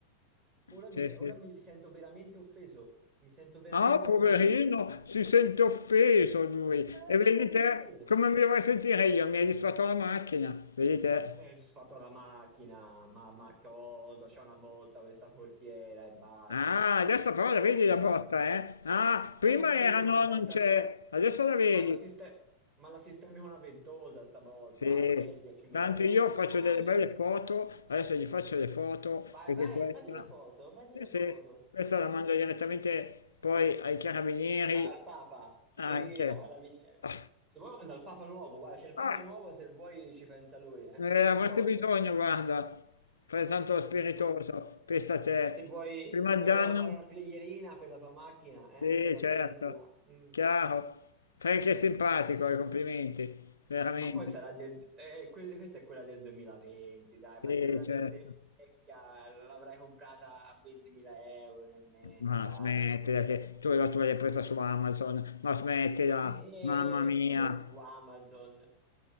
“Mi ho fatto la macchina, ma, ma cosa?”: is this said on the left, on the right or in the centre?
Right